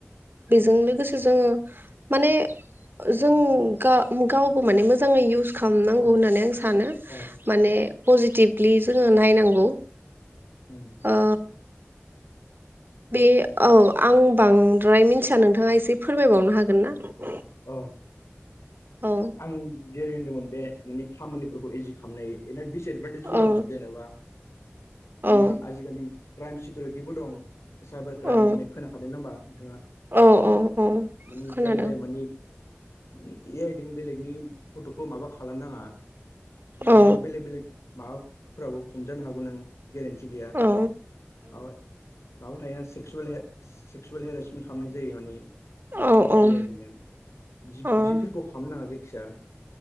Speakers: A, on the right (about 50°); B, on the left (about 85°).
A: बेजों लोगोसे जोङो माने जों गा-गावबो माने मोजाङै इउस खालामनांगौ
B: अ
A: होननानै आं सानो
B: अ
A: माने पजिटिभलि जोङो नायनांगौ
B: उम
A: ओ बे औ आं बांद्राय मिथिया नोंथाङा एसे फोरमायबावनो हागोन ना
B: अ
A: औ
B: आं जिराय होनदोंमोन बे माने खामानिफोरखौ इजि खामनो हायो <unintelligible> एदभाटिजबो
A: औ
B: दं जेनेबा माने
A: औ
B: आजिखालि क्राइम सिकिउरिटिबो दं साइबार क्राइम
A: औ
B: होननाय खोनाखादों ना होमा नोंथाङा?
A: औ औ औ
B: माने
A: खोनादों
B: जाय जाय माने ऐ आइ बेलेनि फट'खौ मा खालामनााङा माबा
A: औ
B: नों बेलेक बेले माबा फोराबो हमजानो हागौ नों गेरेन्टि गैया
A: औ
B: मा माबा थायोना सि सेक्सुयेल हे सेक्सुयेल हेरेसमेन्ट खालामनाय जायो माने ए-ए
A: औ औ
B: ऐ आइ जोंनो
A: औ
B: बि-बिफोरखौ खालामनाङा जेखि जाआ